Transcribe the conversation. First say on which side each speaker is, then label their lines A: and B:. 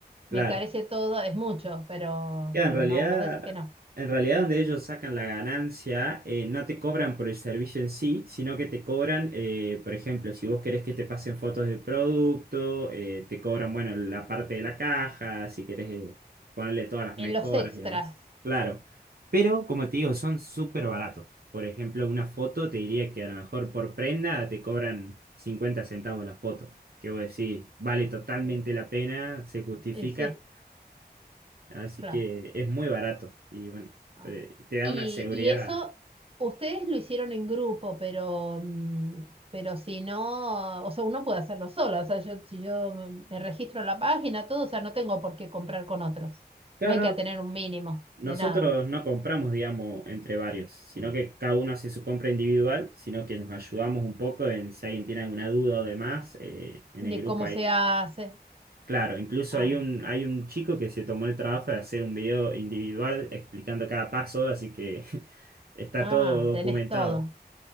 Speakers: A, on the right; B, on the right.
A: claro.
B: me encarece todo, es mucho, pero,
A: Claro,
B: pero
A: en realidad,
B: no, vos decís que no.
A: en realidad donde ellos sacan la ganancia, eh, no te cobran por el servicio en sí, sino que te cobran, eh, por ejemplo, si vos querés que te pasen fotos del producto, eh, te cobran, bueno, la parte de la caja, si querés, eh, ponerle todas las mejoras
B: En los extras.
A: y demás. Claro. Pero, como te digo, son súper baratos. Por ejemplo, una foto te diría que a lo mejor por prenda te cobran 50 centavos la foto. Que vos decís, vale totalmente
B: eh,
A: la pena, se justifica.
B: y sí,
A: Así
B: claro.
A: que es muy barato y bueno,
B: Ah.
A: pre- te da
B: Y,
A: una seguridad.
B: y eso, ustedes lo hicieron en grupo, pero, mm, pero si no, o sea, uno puede hacerlo solo. O sea, yo, si yo me me registro en la página, todo, o sea, no tengo por qué comprar con otros.
A: Claro,
B: No hay que
A: no,
B: tener un mínimo
A: nosotros
B: de nada,
A: no compramos, digamos, entre varios, sino que cada uno hace su compra individual, sino que nos ayudamos un poco en si alguien tiene alguna duda o demás, eh, en
B: de
A: el grupo
B: cómo
A: hay.
B: se hace.
A: Claro, incluso
B: Ah,
A: hay un, hay un chico que se tomó el trabajo de hacer un video individual explicando cada paso, así que <laughs> está
B: ah,
A: todo documentado.
B: tenés todo.